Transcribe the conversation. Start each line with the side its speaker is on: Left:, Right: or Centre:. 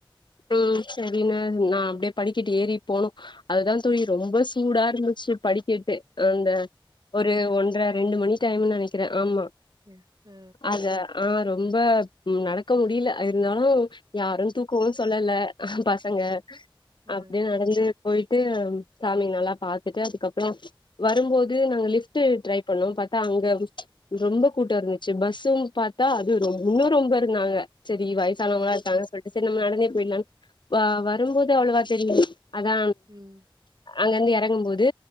Left: ம் சேரின்னு நா அப்டியே படிக்கட்டு ஏறி போனோ அதுதா தோழி ரொம்ப சூடா இருந்துச்சு படிக்கெட்டு அந்த ஒரு ஒன்ற ரெண்டு மணி டைம்ன் நெனக்கிற ஆமா
Right: ஆ ஆ
Left: அத ஆ ரொம்ப நடக்க முடில இருந்தாலு யாரு தூக்கவு சொல்லல பசங்க
Right: ஆ
Left: அப்டியே நடந்து போய்ட்டு சாமிங் நல்லா பாத்துட்டு அதுக்கப் வ வரும்போது நாங்க லிஃப்ட்டு ட்ரை பண்ணோன் பாத்தா அங்க ரொம்ப கூட்ட இருந்துச்சு பஸ்ஸும் பாத்தா அது ரொம் இன்னு ரொம்ப இருந்தாங்க சேரி வயசானவங்ளா
Right: ம்
Left: இருக்காங்க சொல்ட்டு சேரி நம்ம நடந்தே போயிட்லான் வ வரும்போது அவ்ளவா தெரி அதா
Right: ம்
Left: அங்கேந்து எறங்கும் போது